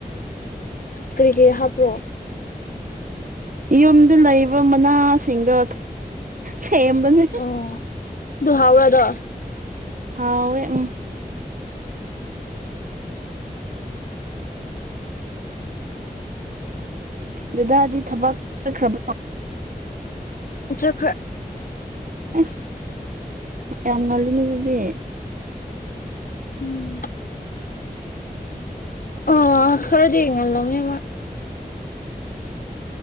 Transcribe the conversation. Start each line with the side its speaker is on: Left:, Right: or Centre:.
Left: ꯀꯔꯤ ꯀꯔꯤ ꯍꯥꯞꯄ꯭ꯔꯣ
Right: ꯌꯨꯝꯗ ꯂꯩꯕ ꯃꯅꯥꯁꯤꯡꯗꯣ ꯁꯦꯝꯕꯅꯦ
Left: ꯑꯣ ꯑꯗꯨ ꯍꯥꯕ꯭ꯔꯗꯣ
Right: ꯍꯥꯎꯋꯦ ꯎꯝ ꯗꯦꯗꯥꯗꯤ ꯊꯕꯛꯆꯠꯈ꯭ꯔꯕ
Left: ꯆꯈ꯭ꯔꯦ
Right: ꯑꯁ ꯌꯥꯝ ꯉꯜꯂꯤꯅꯦ ꯑꯗꯨꯗꯤ
Left: ꯎꯝ ꯑꯣ ꯈꯔꯗꯤ ꯉꯜꯂꯝꯅꯤ ꯃꯣꯏ